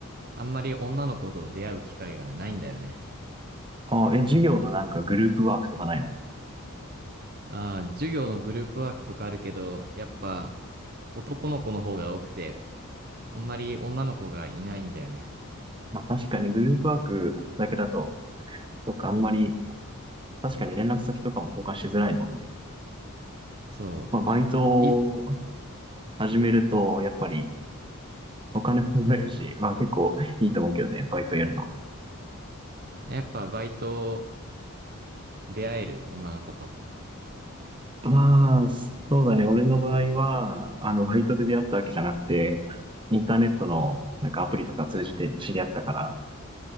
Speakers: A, on the right (about 45°); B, on the right (about 20°).
A: あんまり女の子と出会う機会がないんだよね。
B: あ、え、授業のなんかグループワークとかないの
A: ああ、授業のグループワークとかあるけど、やっぱ男の子の方が多くて、あんまり女の子がいないんだよね。
B: まあ、確かにグループワークだけだと、とかあんまり、確かに連絡先とかも交換しづらいもんね。
A: そ
B: まあ、バイトを
A: う。い、
B: 始めると、やっぱり、お金ももらえるし、まあ、結構いいと思うけどね、バイトやるのは。
A: やっぱバイト出会える女の子と。
B: まあ、そうだね。俺の場合は、あの、バイトで出会ったわけじゃなくて、インターネットの、なんかアプリとか通じて知り合ったから、